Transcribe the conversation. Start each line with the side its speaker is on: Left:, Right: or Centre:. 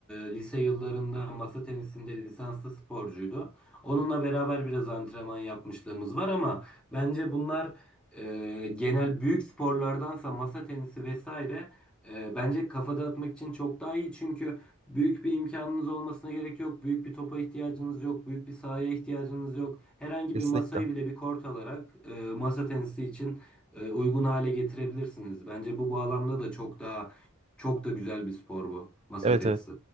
Centre: lise yıllarında masa tenisinde lisanslı sporcuydu. Onunla beraber biraz antrenman yapmışlığımız var ama bence bunlar e, genel büyük sporlardansa masa tenisi vesaire e, bence kafa dağıtmak için çok daha iyi. Çünkü büyük bir imkanınız olmasına gerek yok. Büyük bir topa ihtiyacınız yok. Büyük bir sahaya ihtiyacınız yok. Herhangi
Right: Kesinlikle.
Centre: bir masayı bile bir kort alarak e, masa tenisi için e, uygun hale getirebilirsiniz. Bence bu bağlamda da çok daha çok da güzel bir spor bu masa
Right: Evet
Centre: tenisi.
Right: evet.